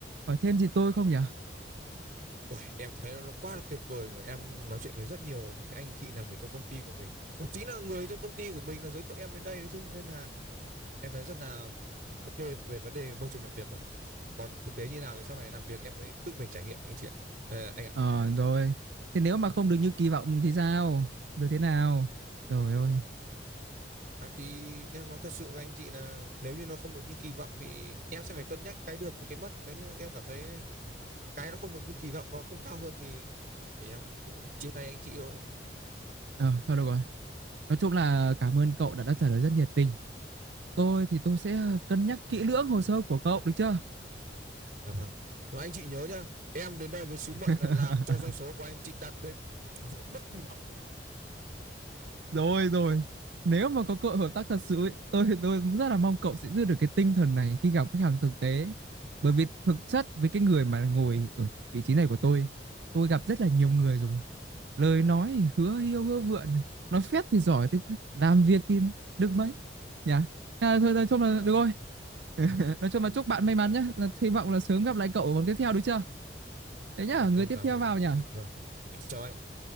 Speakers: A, on the right (about 75°); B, on the right (about 50°).
A: hỏi thêm gì tôi không nhỉ
B: Ui, em thấy nó quá là tuyệt vời rồi. Em nói chuyện với rất nhiều những cái anh chị làm việc trong công ty của mình. Và chính là người trong công ty của mình là giới thiệu em đến đây đấy chứ. Nên là em thấy rất là ok về vấn đề môi trường làm việc rồi. Còn thực tế như nào thì sau này làm việc em mới tự mình trải nghiệm anh chị ạ. Ờ, anh ạ.
A: ờ rồi thế nếu mà không được như kỳ vọng thì sao rồi thế nào rồi ôi
B: À, thì em nói thật sự với anh chị là nếu như nó không được như kỳ vọng thì em sẽ phải cân nhắc cái được và cái mất. Nếu như em cảm thấy cái nó không được như kỳ vọng nó không cao hơn thì, thì em cũng chia tay anh chị thôi.
A: ờ thôi được rồi Nói chung là cảm ơn cậu đã, đã trả lời rất nhiệt tình. Tôi thì tôi sẽ ờ, cân nhắc kỹ lưỡng hồ sơ của cậu được chưa?
B: Dạ vâng. Mà anh chị nhớ nhá, em đến đây với sứ
A: <laughs>
B: mệnh là làm cho doanh số của anh chị đạt đến vượt mức kỳ vọng.
A: Rồi rồi. Nếu mà có cơ hội hợp tác thật sự ấy, tôi tôi rất là mong cậu sẽ giữ được cái tinh thần này khi gặp khách hàng thực tế. Bởi vì thực chất với cái người mà ngồi ở vị trí này của tôi, tôi gặp rất là nhiều người rồi. Lời nói thì hứa hiêu hứa vượn, nói phét thì giỏi thế chứ, làm việc thì được mấy. nhá. À, thôi nói chung là
B: Dạ
A: được rồi.
B: vâng,
A: <laughs> Nói chung là chúc bạn may mắn nhé. Là hy vọng là sớm gặp lại cậu ở vòng tiếp theo được chưa? Thế nhá,
B: Dạ vâng,
A: người
B: em
A: tiếp
B: cảm
A: theo
B: ơn em.
A: vào nhỉ?
B: Dạ Vâng. Em chào anh.